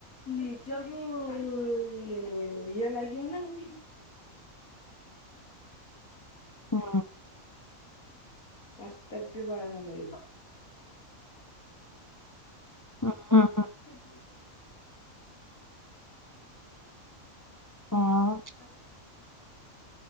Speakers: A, on the left; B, on the left.
A: ନିଜକୁୁ ଇଏ ଲାଗିବ ନା।
B: <unintelligible> ହୁଁ
A: କର୍ତ୍ତବ୍ୟ ପାଳନ କରିବୁ।
B: <inaudible>
A: <inaudible> <inaudible>
B: ଆଉ
A: <inaudible>